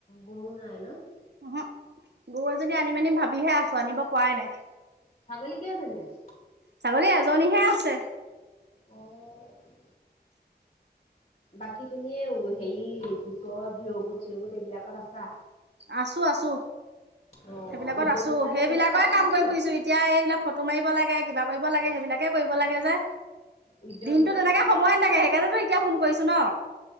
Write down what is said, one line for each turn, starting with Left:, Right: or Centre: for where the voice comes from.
Left: গৰু নাই ন?
Right: অহ গৰুএজনী আনিম আনিম ভাবিহে আছো আনিব পৰাই নাই।
Left: ছাগলী কেইজনী আছে?
Right: ছাগলী এজনীহে আছে।
Left: অ বাকী তুমি এই হেৰি গোটৰ ভিয় গোট চিয়গোট এইবিলাকত আছা?
Right: আছো আছো।
Left: অ'
Right: সেইবিলাকত
Left: উদ্যমিতা
Right: আছো সেইবিলাকে
Left: আঁচনি পাইছানে
Right: কাম কৰি
Left: নাই?
Right: ফুৰিছো এতিয়া এইবিলাক ফটো মাৰিব লাগে কিবা কৰিব লাগে সেইবিলাকে কৰিব লাগে যে।
Left: উদ্যমিতা
Right: দিনটো তেনেকে
Left: আঁচনি
Right: সময় নাথাকে সেইকাৰণেতো এতিয়া ফোন কৰিছো ন।